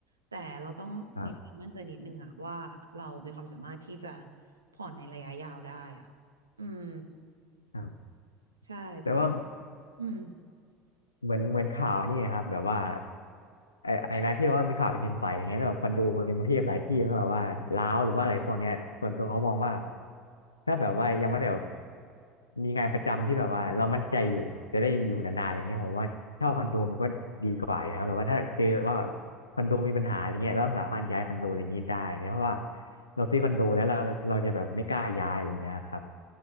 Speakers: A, on the right (about 80°); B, on the left (about 80°).
A: แต่เราต้องมีความมั่นใจนิดนึงอ่ะว่าเรามีความสามารถที่จะ
B: ครับ
A: ผ่อนในระยะยาวได้อ่ะอืม
B: ครับ
A: ใช่โบคิด
B: แต่ว่า
A: อืม
B: เหมือนเหมือนข่าวนี่ครับแบบว่าไอ้ไอ้นะที่ว่ามีข่าวแผ่นดินไหวอย่างเงี้ยแล้วแบบคอนโดในกรุงเทพหลายที่ก็แบบว่าร้าวหรือว่าอะไรพวกเนี้ยส่วนตัวเขามองว่าถ้าแบบว่ายังไม่ได้แบบมีงานประจำที่แบบว่าเรามั่นใจอยู่จะได้อยู่นานๆอะไรเงี้ยผมว่าเช่าคอนโดมันก็ดีกว่าอยู่นะครับแบบว่าถ้าเจอว่าคอนโดมีปัญหาอะไรเงี้ยเราสามารถย้ายคอนโดอะไรเางนี้ได้เนีเพราะว่าเราซื้อคอนโดแล้วเราเราจะแบบไม่กล้าย้ายอะไรเงี้ยครับ